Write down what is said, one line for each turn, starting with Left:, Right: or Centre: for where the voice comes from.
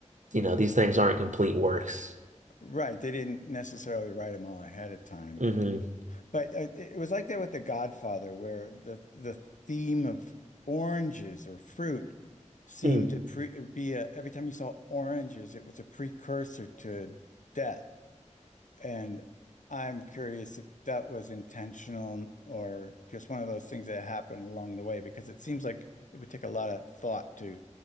Right: you know, these things aren't complete works.
Left: right, they didn't necessarily write them all ahead of time,
Right: hmm
Left: but uh, it it was like that with The Godfather, where the the theme of oranges or fruit seemed
Right: Mm,
Left: to pre be a every time you saw oranges, it was a precursor to death. And I'm curious if that was intentional or just one of those things that happened along the way, because it seems like it would take a lot of thought to